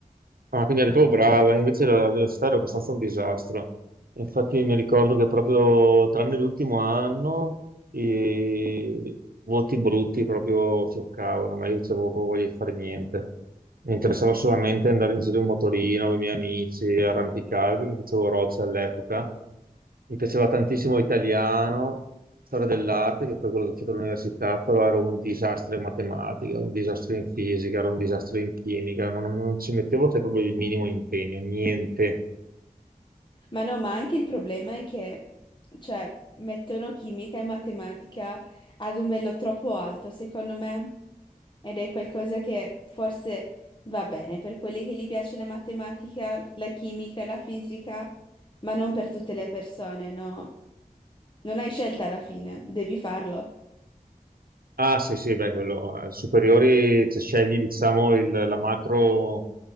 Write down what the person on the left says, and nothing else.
Ma no, ma anche il problema è che, cioè, mettono chimica e matematica ad un livello troppo alto, secondo me, ed è qualcosa che forse va bene per quelli che gli piace la matematica, la chimica, la fisica, ma non per tutte le persone, no? Non hai scelta alla fine, devi farlo.